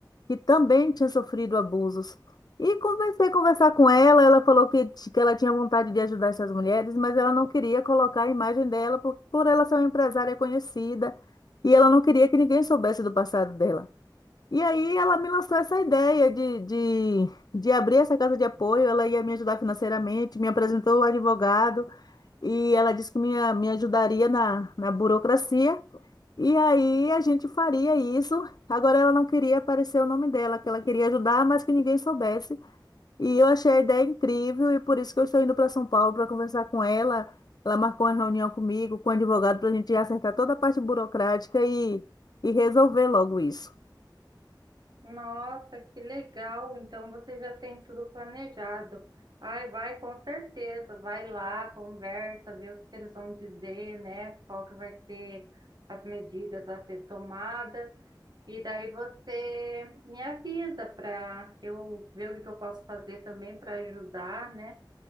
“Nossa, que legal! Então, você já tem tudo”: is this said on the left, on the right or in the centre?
Right